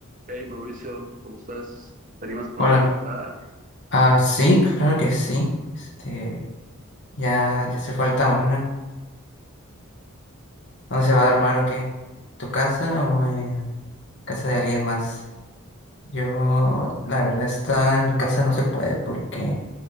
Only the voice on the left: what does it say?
Hola.
Ah, sí, claro que sí. Este, ya, ya hace falta una. ¿Dónde se va a armar o qué? ¿Tu casa o en casa de alguien más? Yo, la verdad, está en mi casa no se puede porque,